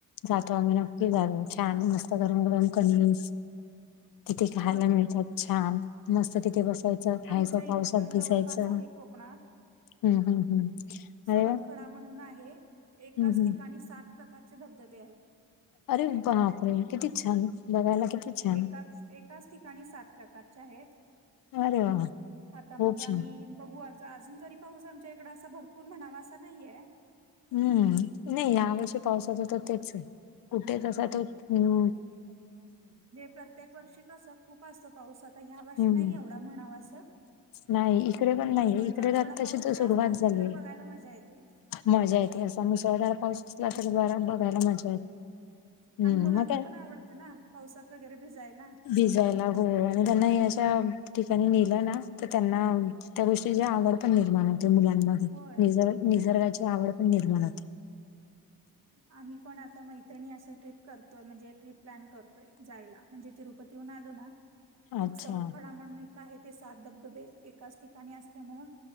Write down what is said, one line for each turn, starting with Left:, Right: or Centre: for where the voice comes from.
Left: जातो आम्ही नक्की झालो छान मस्त गरम गरम कनीज. तिथे खायला
Right: होय
Left: मिळतात छान मस्त तिथे बसायचं खायचं
Right: आमच्या इथं
Left: पावसात
Right: पण जवळपास
Left: भिजायचं.
Right: आहे कोकणात.
Left: हम्म हम्म हम्म
Right: सवतकडा
Left: अरे वा
Right: म्हणून आहे एकाच
Left: हम्म हम्म
Right: ठिकाणी सात. प्रकारचे धबधबे आहेत.
Left: अरे बापरे किती छान बघायला. छान
Right: एकाच ठिकाणी सात प्रकारच्या आहेत.
Left: अरे वा
Right: आता
Left: खूप छान
Right: आम्ही बघू अजून. पाऊस आमच्या इकडे भरपूर म्हणावा असं नाहीये.
Left: हम्म नाही या वर्षी पावसाच तर तेच आहे कुठेचसा त <unintelligible>
Right: प्रत्येक वर्षी खूप असतो पाऊस ह्या वर्षी
Left: हम्म
Right: एवढा म्हणावा असा
Left: नाही इकडे पण नाहीये इकडे
Right: नाही.
Left: तर
Right: थोडा
Left: आताशी
Right: पाऊस
Left: तर
Right: जास्त
Left: सुरुवात
Right: असेल
Left: झालीय
Right: तर बघायला मजा येते.
Left: मजा येते असं् ससळार पाहच असला तर बराात बघायला मजा <unintelligible> हम्म
Right: मुलांना
Left: मग काय
Right: पण आवडत ना पावसात भिजायला.
Left: हो त्यांना अशा ठिकाणी नेलं ना तर त्यांना भिजायला आवडतं. त्या गोष्टीची आवड निर्माण होते मुलांमध्ये
Right: होय.
Left: निसर्गाची आवड पण निर्माण होते.
Right: आम्ही पण आता मैत्रिणी ट्रिप प्लॅन करतोय तिरुपती बालाजीला जायला. ऊन आलो ना एक
Left: अच्छा
Right: सवत खडा म्हणून <unintelligible> आहे ते सात धबधबे एकाच ठिकाणी असल्यामुळे